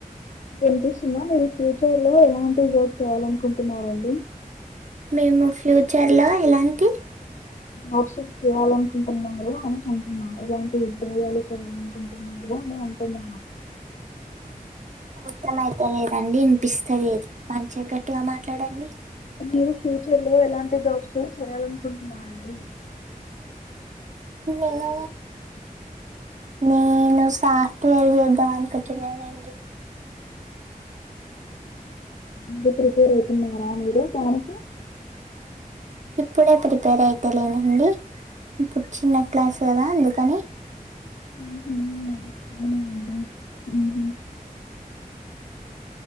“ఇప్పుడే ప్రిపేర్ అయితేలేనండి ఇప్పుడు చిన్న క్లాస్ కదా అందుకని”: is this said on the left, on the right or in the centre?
Right